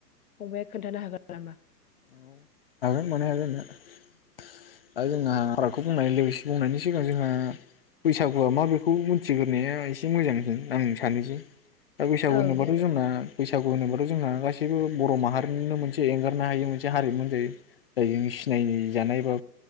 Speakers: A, on the left; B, on the left.
A: फंबाया खोन्थानो हागोन नामा?
B: औ हागोन मानो हाया जानो दा जोंहा फारागखौ बुंनाय लोगोसे बुंनायनि सिगां जोंहा बैसागुआ मा बेखौ मिथिग्रोनाया एसे मोजांसिन आं सानो जे दा बैसागु
A: औ
B: होनोबाथ
A: दे
B: जोंना बैसागु होनोब्लाथ जोंना गासि बो बर माहारिनिनो मोनसे एंगारनो हायि मोन से हारिमु होनजायो जायजों सिनाय जानायबा